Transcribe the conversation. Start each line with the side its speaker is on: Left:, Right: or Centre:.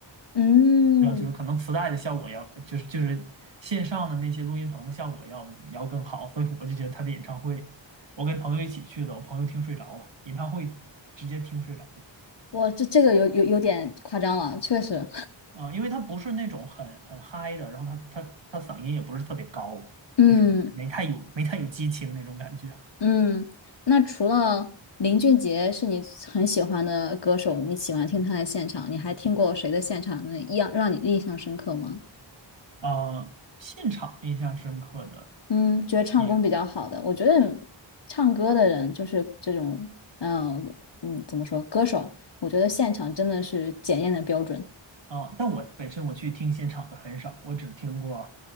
Left: 嗯，
Right: 然后就是可能磁带的效果要，就是就是线上的那些录音棚的效果要要更好，所以我就觉得他的演唱会，我跟朋友一起去的，我朋友听睡着了，演唱会直接听睡着了。
Left: 我这这个有有有点夸张了，确实，
Right: 嗯，因为他不是那种很很嗨的，然后他他他嗓音也不是特别高，
Left: <laughs> 嗯。
Right: 就是没太有没太有激情那种感觉。
Left: 嗯，那除了林俊杰是你很喜欢的歌手，你喜欢听他的现场，你还听过谁的现场那一样让你印象深刻吗？
Right: 嗯，现场印象深刻的
Left: 嗯，觉得唱功比较好的，
Right: 也
Left: 我觉得唱歌的人就是这种，嗯嗯，怎么说，歌手，我觉得现场真的是检验的标准。
Right: 啊，但我本身我去听现场的很少，我只听过